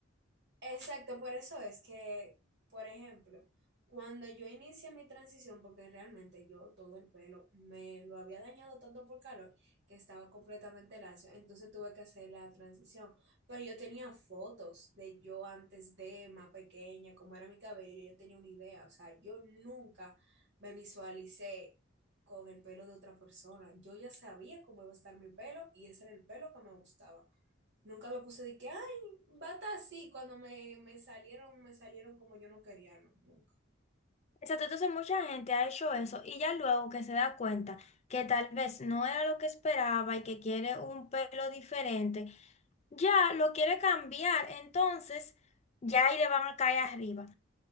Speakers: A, on the right; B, on the left.
A: Exacto, por eso es que, por ejemplo, cuando yo inicié mi transición, porque realmente yo todo el pelo me lo había dañado tanto por calor que estaba completamente lacio, entonces tuve que hacer la transición. Pero yo tenía fotos de yo antes de más pequeña, cómo era mi cabello, ya yo tenía una idea, o sea, yo nunca me visualicé con el pelo de otra persona. Yo ya sabía cómo iba a estar mi pelo y ese era el pelo que me gustaba. Nunca me puse de que, ay, bata así, cuando me, me salieron, me salieron como yo no quería, no, nunca.
B: Exacto, entonces mucha gente ha hecho eso y ya luego que se da cuenta que tal vez no era lo que esperaba y que quiere un pelo diferente, ya lo quiere cambiar, entonces ya ahí le van a caer arriba.